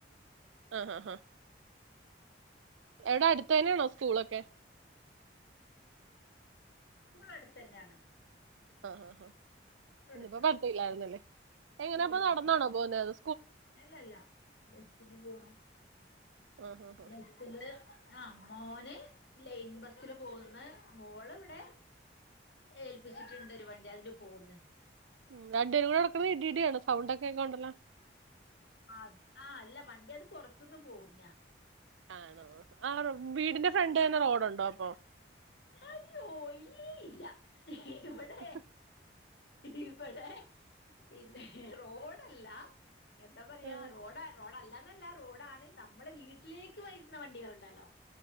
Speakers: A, on the right; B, on the left.
A: ആഹ ആഹ ആഹ
B: ഉം
A: എവിടെ അടുത്ത തനെയാണോ സ്കൂളൊക്കെ
B: സ്കൂള അടുത്ത് തന്നെയാണ്
A: ആഹ് ആ ആഹ്
B: സ്കൂൾ
A: ഇന്നയിപ്പോ
B: അടുത്താ
A: പഠത്തല്ലായിരുന്നല്ലേ എങ്ങനാപ്പൊ
B: ഇല്ല ഇല്ല
A: നടന്നാണോ പോുന്ന അ
B: അല്ല അല്ല ബസില് പോണം
A: ആഹ് ആഹ്
B: ബസില് ആഹ മോന് ലൈൻ ബസില് പോകുന്ന മോള് ഇവിടെ ഏപ്പ ച്ചിട്ടണ്ട് ഒരു വണ്ടി അതില് പോകന്ന്
A: ഉ രണ്ടേരും കൂടെ നടക്കുന്നത് ഇടിയാണ് സൗണ്ട ഒക്കെക്കണ്ടല്ല
B: ആഹ ആഹ് അല്ല വണ്ടി അത് പുറത്തുന്ന് പോകുന്ന
A: ആണോ ആ വീടിന്റെ ഫ്രണ്ട് തന്നെ റോഡുണ്ടോ അപ്പൊ
B: അയ്യോ ഇല്ലേ ഇല്ല ഇവിടെ
A: <unintelligible>
B: ഇവിടെ പിന്നെ റോഡല്ല എന്താ പറയാ
A: ആഹ്
B: റോഡ റോഡല്ലാന്നല്ല റോഡാണ്ണ് നമ്മളെ വീട്ടിലേക്ക് വുന്ന ഇ വണ്ടികൾ ഉണ്ടല്ലോ